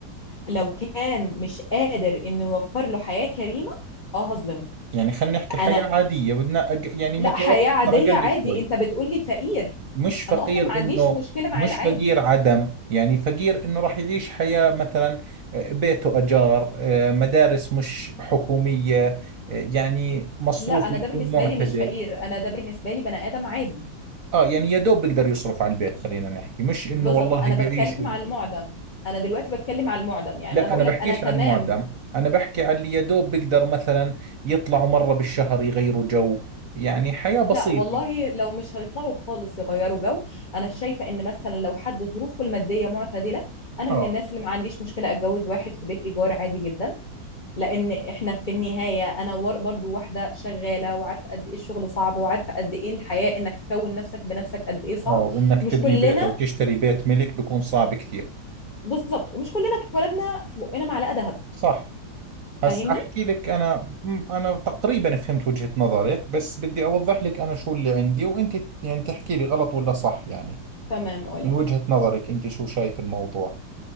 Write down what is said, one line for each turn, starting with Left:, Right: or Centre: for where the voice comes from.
Left: لو كان مش قادر انه يوفر له حياة كريمة اه هظلمه
Right: يعني خلينا نحكي حياة
Left: انا
Right: عادية بدنا أق... يعني
Left: لا
Right: متوسطة
Left: حياة عادية
Right: أقل
Left: عادي
Right: شوي
Left: انت بتقولي فقير
Right: مش فقير
Left: انا اصلا ما عنديش
Right: إنه
Left: مشكلة مع
Right: مش
Left: العادي
Right: فقير عدم يعني فقير إنه راح يعيش حياة مثلا آه، بيته أجار آه، مدارس مش حكومية آه، يعني مصروفه
Left: لا انا
Right: يكون
Left: ده بالنسبة
Right: معتدل
Left: لي مش فقير انا ده بالنسبة لي بني ادم عادي
Right: اه يعني يا دوب بيقدر يصرف على البيت خلينا نحكي مش انه
Left: بالظبط
Right: والله
Left: انا
Right: بيعيش
Left: بتكلم على المعدم انا دلوقتي بتكلم على المعدم يعني
Right: لا
Left: انا بقول
Right: انا بحكيش
Left: لك انا تمام
Right: عن المعدم انا بحكي عن اللي يا دوب بيقدر مثلا يطلعوا مرة بالشهر يغيروا جو يعني حياة بسيطة
Left: لا والله لو مش هيطلعوا خالص يغيروا جو انا شايفه ان مثلا لو حد ظروفه الماديه معتدله انا
Right: اه
Left: من الناس اللي ما عنديش مشكله اتجوز واحد في بيت ايجار عادي جدا لان احنا في النهايه انا ور- برضو واحده شغاله وعارفه قد ايه الشغل صعب وعارفه قد ايه الحياه انك تكون نفسك بنفسك قد ايه صعب
Right: اه وانك
Left: ومش
Right: تبني
Left: كلنا
Right: بيت او تشتري بيت ملك بيكون صعب كثير
Left: بالظبط ومش كلنا اتولدنا في بقنا معلقه ذهب
Right: صح
Left: فاهمني
Right: هسا احكي لك انا م- انا تقريبا فهمت وجهة نظرك بس بدي اوضح لك انا شو اللي عندي وانت يعني تحكي لي غلط ولا صح يعني
Left: تمام قولي
Right: من وجهة نظرك انت شو شايف الموضوع